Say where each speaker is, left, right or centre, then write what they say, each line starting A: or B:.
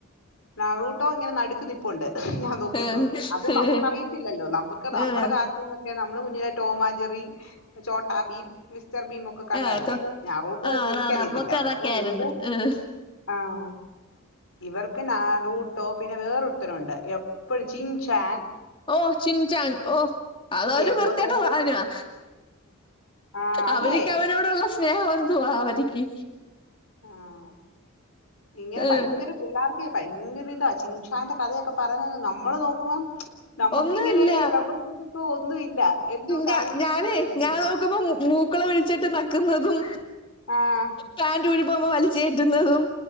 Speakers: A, on the left; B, on the left.
A: നറൂട്ടോ ഇങ്ങനെ നടുക്കുന്ന നിപ്പുണ്ട് ഞാ നോക്കിയപ്പോ
B: ഉം
A: അത്
B: ഉം
A: നമുക്കറിയത്തില്ലല്ലോ നമുക്ക് നമ്മുടെ
B: ആഹ്
A: കാ <unintelligible> നമ്മളെ കുഞ്ഞിലെ ടോമാഞ്ചറി ചോട്ടാബി മിസ്റ്റർ ഭീമൊക്കെ കണ്ടല്ലേ
B: ആഹ് തൊ
A: ഞാൻ നറൂട്ടന്ന്
B: ആഹ് അതാ
A: എനിക്കറിയത്തില്ല
B: നമ്മക്ക് അതൊക്കെ
A: അപ്പൊ
B: ആയിരുന്നു
A: ഇവര്
B: ഉം
A: ആഹ് ഇവർക്ക് നാറൂട്ടോ പിന്നെ വേറൊരുത്തനുണ്ട് എപ്പോഴും ചിൻ ചാൻ
B: ഓഹ് ചിങ്ങ്ചാങ് ഓഹ് അതൊരു
A: എപ്പ
B: വൃത്തികെട്ട
A: നോ
B: സാധനമാ
A: ആ അതെ
B: അവരിക്ക് അവനോടുള്ള സ്നേഹം എന്തുവാ അവരിക്ക്
A: ആഹ് ഇങ്ങനെ
B: ഉം
A: ഭയങ്കര പില്ലാർക്കേ ഭയങ്കര ഇതാ ചിൻഷാന്റെ കഥയൊക്കെ പറഞ്ഞ നമ്മള് നോക്കുമ്പം നമ്മുക്കിങ്ങനെ
B: ഒന്നുവില്ല
A: ഇള ഇതൊക്കെ ഒന്നും ഇല്ല എന്തോ
B: ഞ
A: കാണിക്കുന്നത്
B: ഞാനേ ഞാൻ നോക്കുമ്പോ മൂക്കള ഒഴിച്ചിട്ട് നക്കുന്നതും
A: ആഹ്
B: പാൻ്റൂരിപോകുമ്പോ വലിച്ചു കേറ്റുന്നതും